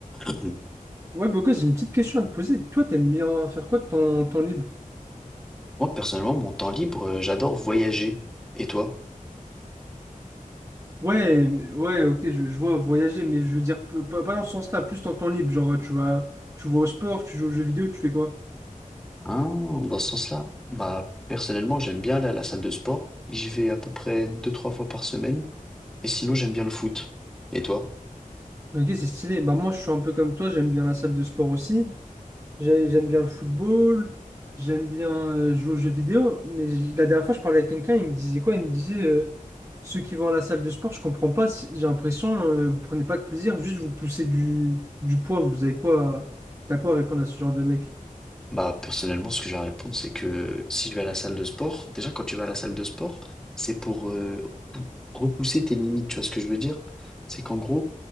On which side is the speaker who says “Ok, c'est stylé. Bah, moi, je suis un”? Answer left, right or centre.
Right